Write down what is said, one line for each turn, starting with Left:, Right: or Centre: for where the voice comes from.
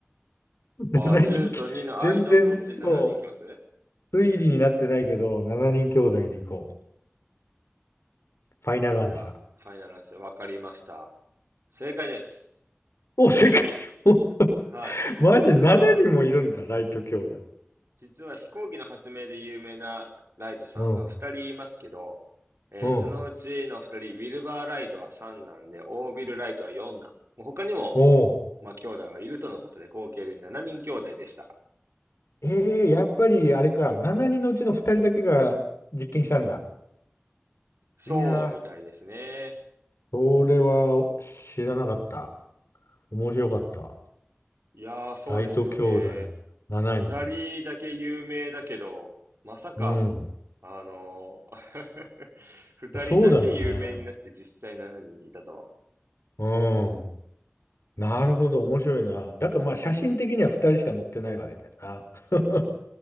Left: 7人
Right: あー、10と2の間を取って7でいきます
Left: <laughs> き、全然そう、推理になってないけど、7人兄弟でいこう。ファイナルアンサー。
Right: じゃあ、ファイナルアンサー、わかりました。正解です。
Left: お、世界を
Right: はい。
Left: <laughs> マジ7人もいるんだ、ライト兄弟。
Right: 実は飛行機の発明で有名なライトさんは2人いますけど、
Left: うん、
Right: えーそのうちの2人、
Left: うん。
Right: ウィルバー・ライトは3男で、オービル・ライトは4男。もう他にも、
Left: おう
Right: まあ、兄弟はいるとのことで、合計で7人兄弟でした。
Left: えー、やっぱりあれか、7人のうちの2人だけが実験したんだ。
Right: そうみたいですね。
Left: いやー、それは知らなかった。面白かった。
Right: いやー、そうですよね。
Left: ライト兄弟7人。
Right: 2人だけ有名だけど、まさか、
Left: うん。
Right: あのー、<laughs> 2人だけ有名になって実際7人いたとは。
Left: そうだよね。うん。なるほど、面白いな。だからまあ写真的には2人しか乗ってないわけだよな。<laughs>